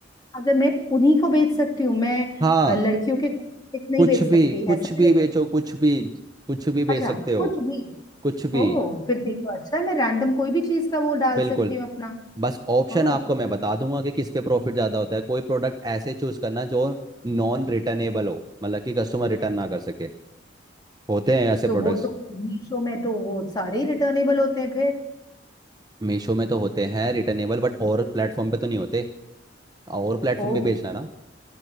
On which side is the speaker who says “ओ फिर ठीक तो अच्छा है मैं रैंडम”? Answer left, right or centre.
Left